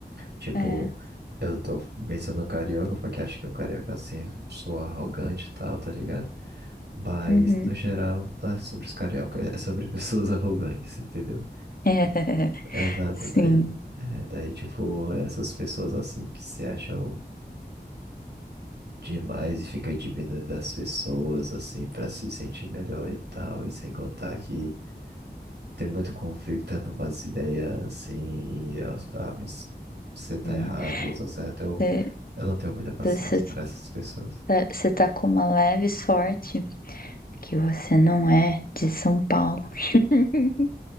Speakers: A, on the right; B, on the left.
A: Tipo,
B: É,
A: eu tô mencionando carioca porque acho que o carioca assim sou arrogante e tal, tá ligado? Mas,
B: uhum.
A: no geral, não é sobre os carioca, é sobre pessoas <laughs> arrogantes, entendeu?
B: <laughs>
A: Exato,
B: Sim.
A: daí. é, daí, tipo, essas pessoas assim que se acham demais e ficam diminuindo das pessoas, assim, pra se sentir melhor e tal, e sem contar que. Tem muito conflito, tendo umas ideias assim, e as- ah, você você tá
B: Hum.
A: errado e eu tô certo. Eu,
B: Você
A: eu não tenho muita paciência
B: você
A: para essas pessoas.
B: tá você tá com uma leve sorte que você não é de São Paulo. <laughs>